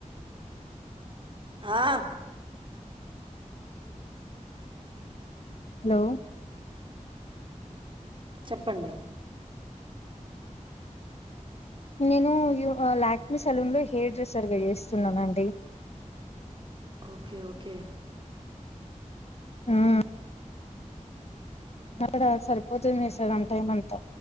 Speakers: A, on the right (about 40°); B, on the left (about 55°).
A: ఆ
B: హలో
A: చెప్పండి
B: నేను ఇ లాక్ మీ సలూన్ లో హెయిర్ డ్రెస్సర్గా చేస్తున్నానుండి
A: ఓకే ఓకే
B: మ్మ్ ఇక్కడ సరిపోతుంది సగం టైమ్ అంతా